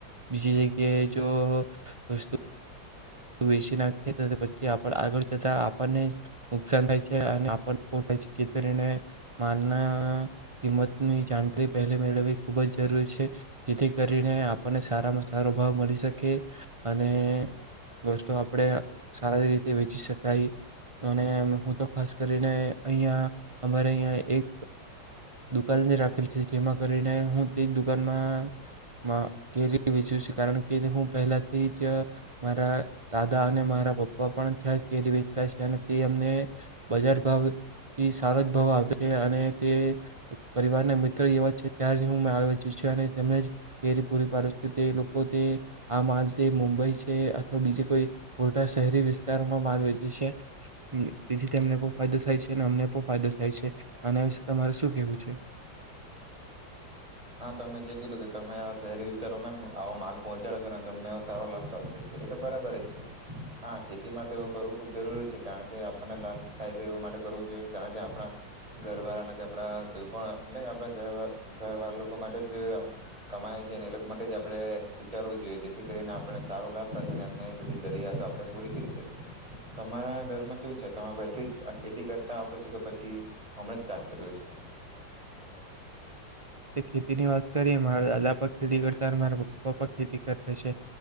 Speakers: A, on the right; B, on the right.
A: બીજી જગ્યાએ જો વતું વેચી નાખે પછી આપ આગળ જતા આપણને નુકસાન થાય છે અને આપણનેાય છે જે કરીને માલના કિંમતની જાણકારી પહેલા મેળવવી ખૂબ જ જરૂરી છે જેથી કરીને આપણને સારામાં સારો ભાવ મળી શકે અને વસ્તુ આપણે સારી રીતે વેચી શકાય અને હું તો ખાસ કરીને અહિયા અમારે અહીં એક દુકાન જ રાખેલી છે જેમાં કરીને હું તે જ દુકાનમાં કેરી વેચું છે કારણ કે હું પહેલાથી જ મારા દાદા અને મારા પપ્પા પણ ત્યાંજ કેરી વેચતા છે અને તે અમને બજાર ભાવથી સારો જ ભાવ આવે છે અને તે પરિવારના મિત્ર જેવા છે તં જ હું માલ વેચું છ અને તેમને કેરી પૂરી પાડું છું તે લોકો તે આ માલ મુંબઈ છે તો બીજ કોઈ મોટા શહેરી વિસ્તારોમાં માલ વેચે છે તેથી તેમને પણ ફાયદો થાય છે અને અમને પણ ફાયદો થાય છે આના વિશે તમારે શું કેવું છે
B: હા તમે જે કીધુ તમે આ શહેરી વિસ્તારોમાં આવો માલ પહોચાડો છો ને તમને સારો લાભ પ્રાપ્ત થાય છે એ તો બરાબર જ છે હા ખેતી માટે એવું કરવું ખુબ જરૂરી છે કારણ કે આપણને લાભ સાય એ માટે કરવો જોઈએ કારણ કે આપણા ઘર વાળા કે આપણા કોઈ પણ એટલે આપના ઘર વાળા લોકો માટે જ કમાય છે અનેને એ લોકો માટે જ આપણે વિચારવું જોઈએ જેથી કરીને આપને સારો લાભ પ્રાપત થાઈ એમને બધી જરૂિયાતો આપણે પૂરી કરી શકીએ તમારા ઘરમાં કેવું છે તમે પહેલાથી આ ખેતી કરતા આવો છ કે પછી હમ સ્ટાર્ટ કરલો છે
A: ખેતી ની વાત કરી મારા દાદા પણ ખેતી કરતા મારા પપ્પા ખેતી કરે છે